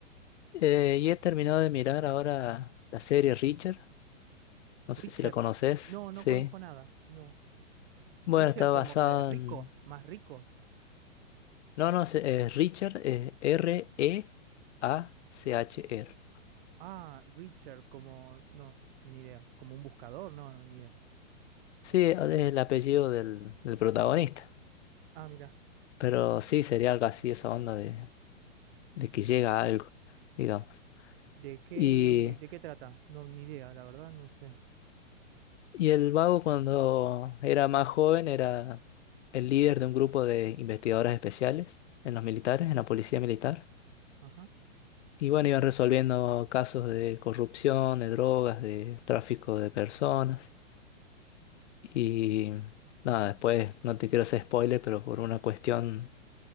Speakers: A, on the left; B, on the right.
A: Eh, y he terminado de mirar ahora la serie Richard. No
B: Richard.
A: sé si la conoces.
B: No, no
A: Sí.
B: conozco nada. No. Richard
A: Bueno, está
B: como
A: basada
B: de rico,
A: en.
B: más rico.
A: No, no, es, es Richard, es R-E-A-C-H-R.
B: Ah, Richard como, no, s- ni idea. Como un buscador, no, no, ni idea.
A: Sí, es el apellido del, del protagonista.
B: Ah, mira.
A: Pero sí, sería algo así, esa onda de, de que llega a algo, digamos.
B: ¿De qué,
A: Y,
B: de qué trata? No, ni idea, la verdad, no sé.
A: y el vago, cuando era más joven, era el líder de un grupo de investigadores especiales en los militares, en la policía militar.
B: Ajá.
A: Y bueno, iban resolviendo casos de corrupción, de drogas, de tráfico de personas. Y nada, después no te quiero hacer spoiler, pero por una cuestión